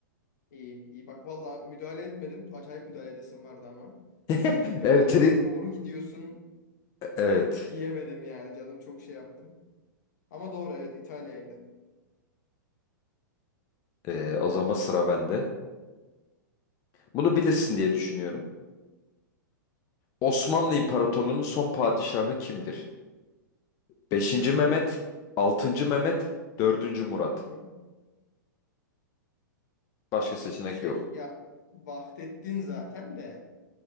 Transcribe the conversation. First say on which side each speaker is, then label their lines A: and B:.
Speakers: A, on the left; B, on the left.
A: İyi iyi bak valla müdahale etmedim. Acayip müdahale edesim vardı ama.
B: <laughs>
A: Hani do-
B: Evet.
A: doğru
B: tri-
A: doğru gidiyorsun
B: Evet.
A: diyemedim yani canım çok şey yaptım. Ama doğru evet İtalya'ydı.
B: Ee, o zaman sıra bende. Bunu bilirsin diye düşünüyorum. Osmanlı İmparatorluğu'nun son padişahı kimdir? beşinci Mehmet, 6. Mehmet, dördüncü Murat.
A: Hı hı.
B: Başka
A: Aa,
B: seçenek
A: Şey
B: yok.
A: ya Vahdettin zaten de